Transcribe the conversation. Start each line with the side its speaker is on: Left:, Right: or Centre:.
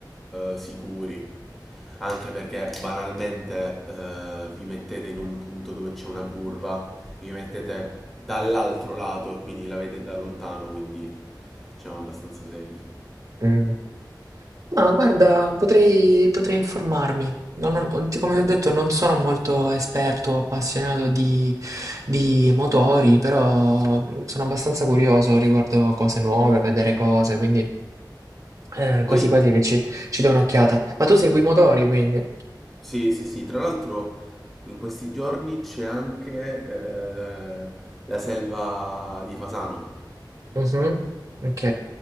Centre: eh, sicuri, anche perché banalmente eh, vi mettete in un punto dove c'è una curva, vi mettete dall'altro lato e quindi la vedete da lontano, quindi siamo abbastanza safe.
Right: mm. Ma guarda, potrei, potrei informarmi. Non- non- ti- come ti ho detto, non sono molto esperto o appassionato di, di motori, però mm, sono abbastanza curioso riguardo cose nuove, vedere cose, quindi eh, quasi
Centre: Poi,
Right: quasi che ci, ci do un'occhiata. Ma tu segui i motori, quindi?
Centre: sì, sì, sì, tra l'altro in questi giorni c'è anche eh, la selva di Fasano,
Right: Mhm, Ok.